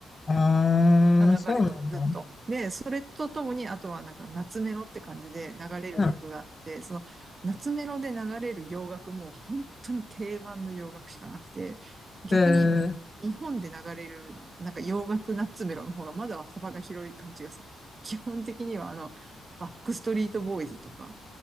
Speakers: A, on the left; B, on the right.
A: ああ、
B: が流れてる、
A: そうなんだ。
B: ずっと。で、それとともに、あとはなんか夏メロって感じで流れる曲があって、
A: うん。
B: その夏メロで流れる洋楽も本当に定番の洋楽しかなくて、逆に
A: えー、
B: 日本で流れるなんか洋楽夏メロの方がまだ幅が広い感じがする。基本的にはあの、バックストリートボーイズとか、